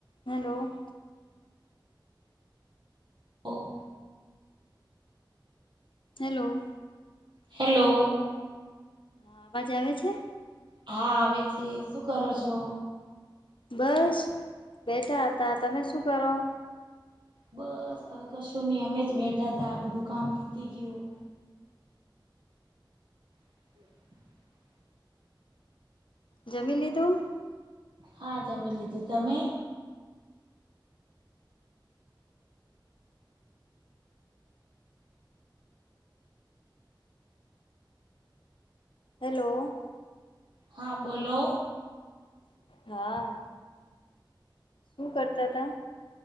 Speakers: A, on the left; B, on the right.
A: હેલો.
B: ઓ.
A: હેલો.
B: હેલો.
A: હા અવાજ આવે છે.
B: હા આવે છે શું કરો છો.
A: બસ બેઠા હતા તમે શું કરો.
B: બસ હવે કશું નહી અમેજ બેઠા તા આ બધું કામ પતી ગયું. હમ <inaudible>
A: જમી લીધું.
B: હા જમી લીધું તમે.
A: હેલો.
B: હા બોલો.
A: હા. હું કરતા હતા.